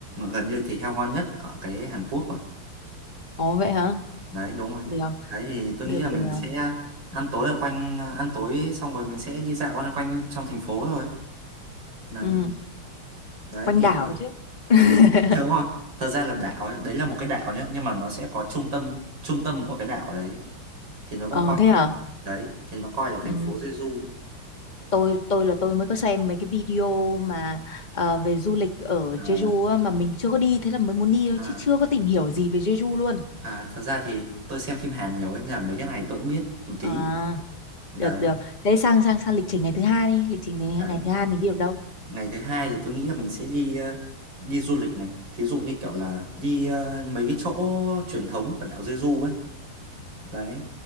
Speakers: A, on the right; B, on the left.
A: gần như thịt heo ngon nhất ở cái Hàn Quốc rồi
B: Ồ vậy hả?
A: đấy đúng rồi
B: Được,
A: đấy thì tôi
B: được
A: nghĩ là mình
B: được.
A: sẽ ăn tối ở quanh ăn tối xong rồi mình sẽ đi dạo quanh quanh trong thành phố thôi đấy
B: Ừ,
A: đấy
B: quanh
A: thì
B: đảo chứ. <laughs>
A: <laughs> đúng rồi thật ra là đảo ấy, đấy là một cái đảo nhé nhưng mà nó sẽ có trung tâm trung tâm của cái đảo đấy thì nó vẫn
B: Ờ
A: coi
B: thế hả?
A: đấy thì nó coi là thành
B: Ừ.
A: phố Jeju
B: tôi tôi là tôi mới có xem mấy cái video mà ờ, về du lịch ở
A: à,
B: Jeju á, mà mình chưa có đi thế là mới muốn đi thôi
A: à,
B: chứ chưa có tìm hiểu gì về Jeju luôn
A: à, thật ra thì tôi xem phim Hàn nhiều ấy, nên là mấy cái này tôi cũng biết một tí
B: à
A: đấy
B: được được thế sang sang sang lịch trình ngày thứ hai đi lịch trình ngày,
A: đấy
B: ngày thứ hai mình đi ở đâu
A: Ngày thứ hai thì tôi nghĩ là mình sẽ đi ờ, đi du lịch này. Thí dụ như kiểu là đi ờ, mấy cái chỗ truyền thống của đảo Jeju ấy. Đấy.